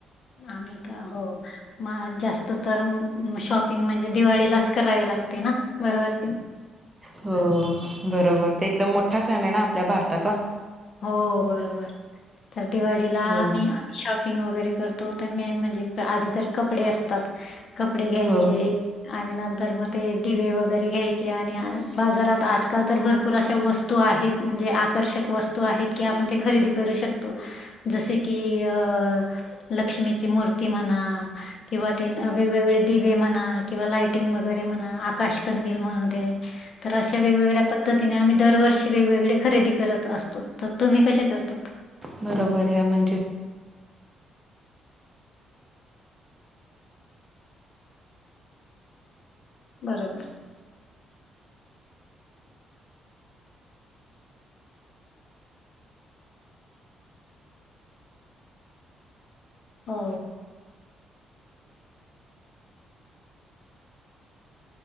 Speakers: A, on the left; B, on the right.
A: आ का हो. मग जास्त तर शॉपिंग म्हणजे दिवाळीलाच करावे लागते ना.. बरोबर क
B: हो बरोबर ते एकदम मोठा सण आहे ना आपल्या भारताचा
A: हो बरोबर तर दिवाळीला
B: हो
A: मी शॉपिंग वगैरे करतो तर मेन म्हणजे आधी तर कपडे असतात कपडे घ्यायचे.
B: हो
A: आणि नंतर मग ते दिवे वगैरे घ्यायचे आणि बाजारात अस. आजकाल तर भरपूर अशा वस्तू आहेत म्हणजे आकर्षक वस्तू आहेत की आपण ते खरेदी करू शकतो. जसे की अ लक्ष्मीची मूर्ती म्हणा. किंवा ते वेगवेगळे दिवे म्हणा किंवा लाइटिंग वगैरे म्हणा आकाशकंदील म्हणते. तर अशा वेगवेगळ्या पद्धतीने आम्ही दरवर्षी वेगवेगळे खरेदी करत असतो तर तुम्ही कसे करतात.
B: बरोबर आहे म्हणजे.
A: बरोबर. हो.